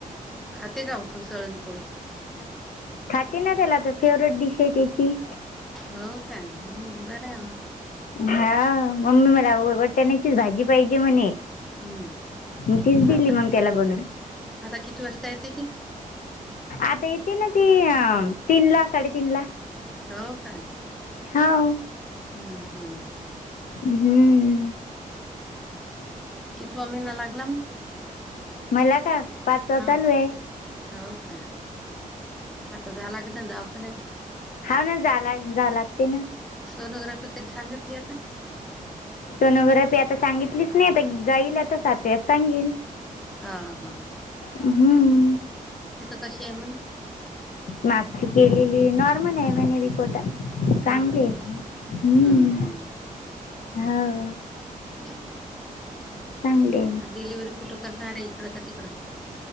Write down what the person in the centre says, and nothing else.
खाते का ओ उसळ आणि पोळी
हो का हम्म बर मग.
हम्म
आता
आता किती वाजता येते ती‌
हो का?
हम्म हम्म.
कितवा महिना लागला मग
हा
हो का आता झाला की नी दवाखान्यात
सोनोग्राफी कधी सांगितली आता.
हा हा.
कशी आहे म्हणे?
हं,
हं.
हं, हं.
हम.
मग डिलिव्हरी कुठं करणार आहे इकडं का तिकडं